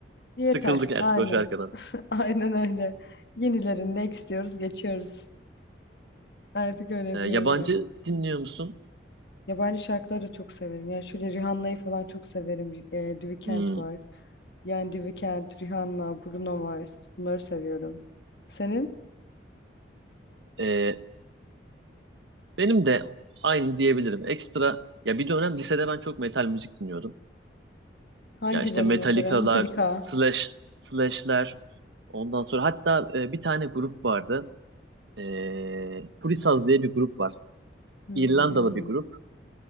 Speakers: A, on the left; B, on the right.
A: Yeter.
B: Sıkıldık artık
A: Aynen.
B: o şarkıdan.
A: <laughs> Aynen öyle. Yenilerini ne istiyoruz geçiyoruz. Artık öyle yapıyorum
B: Ee, yabancı
A: yani.
B: dinliyor musun?
A: Yabancı şarkıları da çok severim. Yani şöyle Rihanna'yı falan çok severim. E, The Weeknd
B: Hmm,
A: var. Yani The Weeknd, Rihanna, Bruno Mars. Bunları seviyorum. Senin
B: ee, benim de aynı diyebilirim. Ekstra ya bir dönem lisede ben çok metal müzik dinliyordum.
A: hangilerini
B: Ya işte Metallica'lar,
A: mesela? Metallica.
B: Slash, Slash'ler. Ondan sonra hatta e, bir tane grup vardı. Ee, Purisaz diye bir grup var.
A: Hmm,
B: İrlandalı
A: bilmiyorum.
B: bir grup.